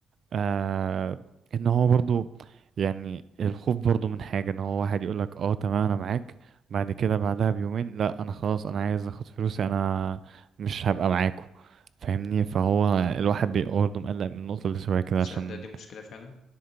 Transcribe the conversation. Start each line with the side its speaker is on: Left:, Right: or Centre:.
Right: آه ان هو برضو يعني الخوف برضو من حاجه ان هو واحد يقول لك اه تمام انا معاك بعد كده بعدها بيومين لا انا خلاص انا عايز اخد فلوسي انا مش هبقى معاكو فاهمني فهو الواحد بيبقى برضه مقلق من النقطه اللي شويه كده
Left: تصدق
Right: عشان
Left: دي مشكلة فعلا